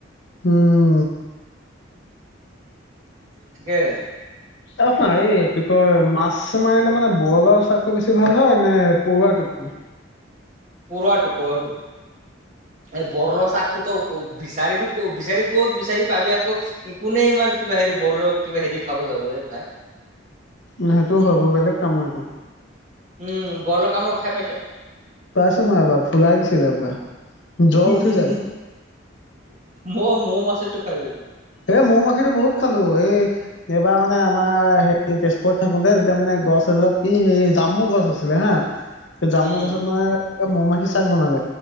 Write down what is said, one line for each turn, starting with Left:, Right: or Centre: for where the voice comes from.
Left: উম।
Right: তাকেহে।
Left: ঐ খুৰা এই কি কয় মাছ মাছ মাৰিলে মানে বৰলৰ চাকটো বেছি ভাল হয় নে পৰুৱা টোপটো?
Right: পৰৱা টোপ পৰুৱা টোপ। এই বৰলৰ চাকটোটো আকৌ বিচাৰিবি ক বিচাৰি ক'ত বিচাৰি পাবি আকৌ কোনে ইমান কিবা হেৰি বৰলৰ কিবা হেৰি খাব যাব এ ভাই।
Left: সেইটোও হয় বাৰু বেলেগ কামৰ এইটো।
Right: উম' বৰলৰ কামোৰ খাই পাইছ?
Left: পাইছোঁ মই এবাৰ, ফুলাই দিছিলে পুৰা। জ্বৰ
Right: <unintelligible>
Left: উঠি যায়।
Right: মই মৌ মাখিৰটো খাই পাইছোঁ।
Left: এ মৌ মাখিটো বহুত খালো এই এইবাৰ মানে আমাৰ হেৰি তেজপুৰত থাকোঁতে, তেতিয়া মানে গছ এডালত কি সেই জামু গছ আছে। আছিলে হা। জামুগছত
Right: উম
Left: মানে এটা মৌ মাখি চাদ বনালে